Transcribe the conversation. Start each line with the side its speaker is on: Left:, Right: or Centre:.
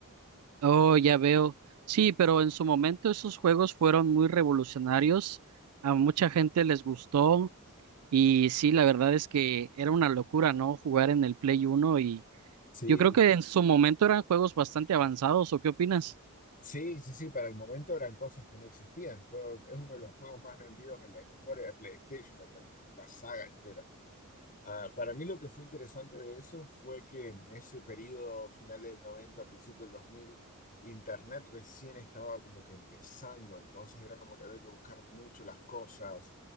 Right: Oh, ya veo. Sí, pero en su momento esos juegos fueron muy revolucionarios. A mucha gente les gustó y sí, la verdad es que era una locura, ¿no? Jugar en el Play Uno y
Left: Sí,
Right: Yo creo que en su momento eran juegos bastante avanzados, ¿o qué opinas?
Left: sí, sí, sí, para el momento eran cosas que no existían. Fue, es uno de los juegos más vendidos en la historia de PlayStation, el Tony Hawk, la saga entera. Ah, para mí lo que fue interesante de eso fue que en ese periodo, finales del 90, principio del dos mil Internet recién estaba como que empezando, entonces era como que había que buscar mucho las cosas,